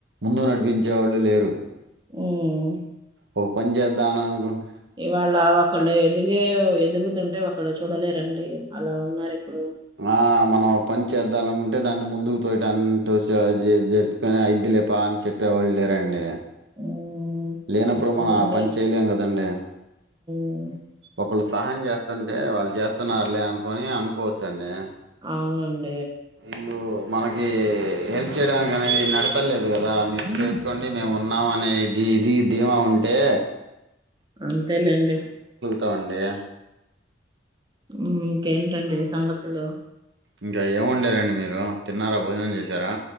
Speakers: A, on the right; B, on the right.
A: ముందు నడిపించేవాళ్ళు లేరు.
B: హ్మ్
A: ఒక పని చేద్దాం అని అనుకుంటే
B: వాళ్ళ ఒకళ్ళు ఎదిగే ఎదుగుతుంటే ఒకళు చూడలేరండి అలా ఉన్నారు. ఇప్పుడు
A: ఆ మనం ఒక పని చేద్దాలనుకుంటే దాన్ని ముందుకు తోయటాన్ని తోసి జరుపుకొని అయిద్దు లే పా అని చెప్పేవాళ్ళు లేరండి.
B: హ్మ్
A: లేనప్పుడు
B: చెప్పలేండి
A: మనం ఆ పని చేయలేం కదండి.
B: ఉ
A: ఒకళ్ళు సహాయం చేస్తుంటే వాళ్ళు చేస్తున్నారులే అనుకుని అనుకోవచ్చు అండి
B: అవును
A: ఇల్లు మనక్ ఏ హెల్ప్ చేయడానికి అనేది నడతంలేదు కదా మీరు చేసుకోండి మేము ఉన్నామ అనేది ఇది ధీమా ఉంటే
B: అంతేలేండి
A: తాండి
B: మ్మ్ ఇంకేంటండి సంగతులు
A: ఇంకా ఏం వొండారండి మీరు తిన్నారా భోజనం చేశారా